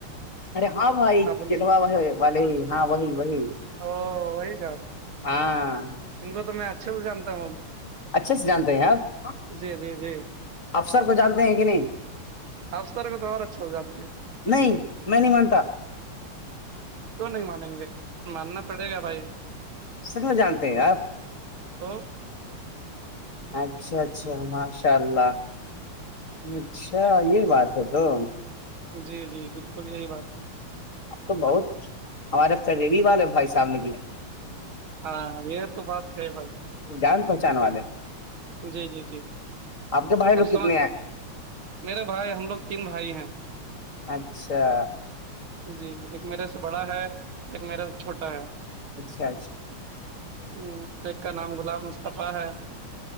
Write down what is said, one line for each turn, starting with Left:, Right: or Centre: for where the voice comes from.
Left: ارے ہاں بھائی
Right: آبن
Left: کہنوا
Right: سے،
Left: ب وال ہاں وہی وہی
Right: او وہی
Left: ہاں
Right: ان کو تو میں اچھے جانتا ہوں
Left: اچھے سے جانتے ہیں آپ
Right: جی جی جی
Left: افسر کو جانتے ہیں کہ نہیں
Right: افسر کو تو اور اچھا جانتے ہیں
Left: نہیں میں نہیں مانتا
Right: کیوں نہیں مانیں گے ماننا پڑے گا بھائی
Left: س میں جانتے ہیں آپ
Right: تو
Left: اچھا اچھا ہماش انشاء اللہ اچھا یہ بات ہے تو
Right: جی جی بالکل یہی بات ہے
Left: اب تو بہت ہمارے قریبی والے بھائی صاحب نے کیاے
Right: ہاں یہ تو بات ہے بھائی
Left: جان پہنچان والے
Right: جی جی جی
Left: آپ کے باہر
Right: اب
Left: لو کتنے
Right: سمجھ
Left: ہیں
Right: میرے بھائی ہم لوگ تین بھائی ہیں
Left: اچھا
Right: جی ایک میرے سے بڑا ہے ایک میرے سے چھوٹا ہے
Left: اچھا اچھا
Right: ہوں، ایک کا نام غلام مصطفی ہے